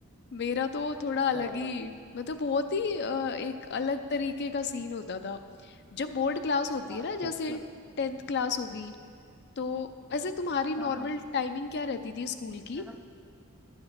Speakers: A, on the left; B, in the centre.
A: मेरा तो थोड़ा अलग
B: हाँ
A: ही मतलब बहुत ही अ, एक अलग तरीके का सीन होता था जब बोर्ड क्लास होती है
B: अच्छा
A: ना जैसे
B: अच्छा
A: टेंथ क्लास होगी तो ऐसे तुम्हारी
B: हाँ
A: नॉर्मल टाइमिंग क्या रहती थी स्कूल की
B: हाँ